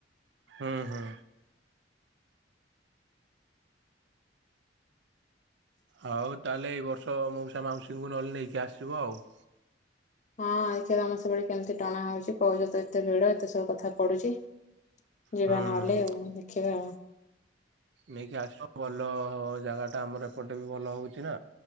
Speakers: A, on the right; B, on the left.
A: ହୁଁ ହୁଁ! ହଉ ତାହେଲେ ଏଇ ବର୍ଷ ମଉସା ମାଉସୀଙ୍କୁ ନହେଲେ ନେଇକି ଆସିବ ଆଉ।
B: ହଁ <inaudible> ଆମ ସବୁବେଳେ କେମିତି ଟଣା ହଉଛି କହୁଛ ତ ଏତେ ଭିଡ ଏତେ ସବୁ କଥା ପଢୁଛି। ଯିବା
A: ହୁଁ।
B: ନହେଲେ ଆଉ ଦେଖିବା।
A: ନେଇକି ଆସି ଭଲ ଜାଗାଟା ଆମର ଏପଟେ ବି ଭଲ ହେଉଛି ନା